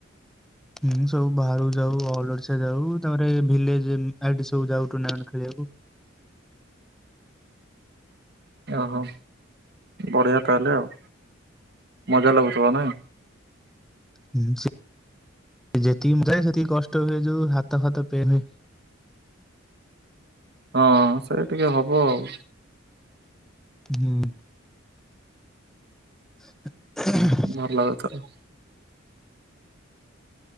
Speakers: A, in the centre; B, on the right.
A: ହୁଁ ହୁଁ ସବୁ ବାହାରକୁ ଯାଉ ଅଲ୍ ଓଡ଼ିଶା ଯାଉ ତାପରେ ଏ ଭିଲେଜ୍ ଏମ୍ ଆଇଟି ସବୁ ଯାଉ ଟୁର୍ଣ୍ଣାମେଣ୍ଟ୍ ଖେଳିବାକୁ।
B: ଓହୋ ବଢ଼ିଆ ତାହେଲେ ଆଉ ମଜା ଲାଗୁଥିବ ନାଇଁ?
A: ହୁଁ ସେ ଯେତିକି ମୁଁ ଯାଏ ସେତିକି କଷ୍ଟ ହୁଏ ଯୋଉ ହାତ ଫାତ ପେନ୍ ହୁଏ।
B: ହଁ ସେ ଟିକେ ହବ ଆଉ।
A: ହୁଁ। <unintelligible>
B: ଭଲ ଆଉ ଥରେ।